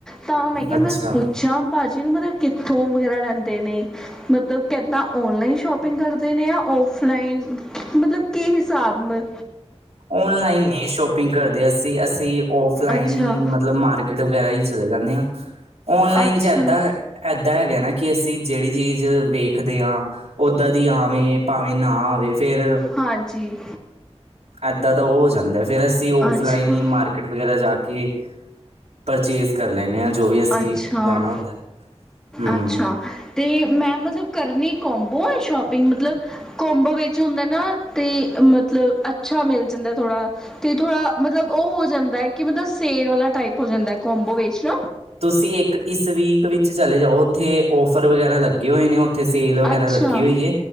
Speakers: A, in the centre; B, on the right.
A: ਤਾਂ ਮੈਂ ਕਿਹਾ
B: ਅੱਛਾ
A: ਮੈਂ ਪੁੱਛਾ, ਭਾਜੀ ਨੂੰ ਮਤਲਬ ਕਿੱਥੋਂ ਵਗੈਰਾ ਲੈਂਦੇ ਨੇ ਮਤਲਬ ਕਿੱਦਾਂ ਔਨਲਾਈਨ ਸ਼ੋ ਪਿੰਗ ਕਰਦੇ ਨੇ ਯਾ ਔਫਲਾਈਨ ਮਤਲਬ ਕਿ ਹਿਸਾਬ ਨਾਲ।
B: ਔਲਾਈਨ ਨੀ ਸ਼ੋਪਿੰਗ ਕਰਦੇ ਅਸੀਂ, ਅਸੀਂ ਔਫਲਾਈਨ
A: ਅੱਛਾ
B: ਹੀ ਮਤਲਬ ਮਾਰ ਕਿਟ ਵਗੈਰਾ ਹੀ ਚਲੇ ਜਾਂਦੇ ਆ। ਔਨਲਾਈਨ'ਚ
A: ਅੱਛਾ
B: ਏਦਾਂ ਇੱਦਾਂ ਹੈਗਾ ਨਾ ਕਿ ਅਸੀਂ ਜਿਹੜੀ ਚੀਜ਼ ਵੇਖਦੇ ਹਾਂ, ਉੱਦਾਂ ਦੀ ਆਵੇ, ਭਾਵੇਂ ਨਾ ਆਵੇ। ਤੇ ਫੇਰ।
A: ਹਾਂ ਜੀ।
B: ਏਦਾਂ ਦਾ ਉ ਹੋ ਜਾਂਦਾ ਫੇਰ ਅਸੀਂ ਔਫਲਾਈਨ
A: ਅੱਛਾ
B: ਹੀ ਮਾਰ ਕਿਟ ਵਗੈਰਾ ਜਾ ਕੇ ਪਰਚੇਸ ਕਰ ਲੈਨੇ ਆ ਜੋ ਵੀ ਅਸੀਂ
A: ਅੱਛਾ
B: ਲੈਨਾ ਹੁੰਦਾ ਐ, ਹੂੰ।
A: ਅੱਛਾ ਤੇ ਮੈਂ ਮਤਲਬ ਕਰਨੀ ਕੋਮਬੋ ਏ ਸ਼ੋਪਿੰਗ ਮਤਲਬ ਕੋਂਮਬੋ ਵਿੱਚ ਹੁੰਦਾ ਨਾ ਤੇ ਮਤਲਬ ਅੱਛਾ ਮਿਲ ਜਾਂਦਾ ਥੋੜਾ। ਤੇ ਥੋੜਾ ਮਤਲਬ ਉਹ ਹੋ ਜਾਂਦਾ ਐ ਕਿ ਮਤਲਬ ਸੇਲ ਵਾਲਾ ਟਾਈਪ ਹੋ ਜਾਂਦਾ ਕੋਂਮਬੋ ਵਿੱਚ ਨਾ।
B: ਤੁਸੀਂ ਇੱਕ ਇਸ ਵੀਕ ਵਿੱਚ ਚਲੇ ਜਾਓ ਉੱਥੇ ਔਫਰ ਵਗੈਰਾ ਲੱਗੇ ਹੋਏ ਨੇ। ਉੱਥੇ ਸੇਲ ਵਗੈਰਾ
A: ਅੱਛਾ
B: ਲੱਗੀ ਹੋਈ ਹੈ,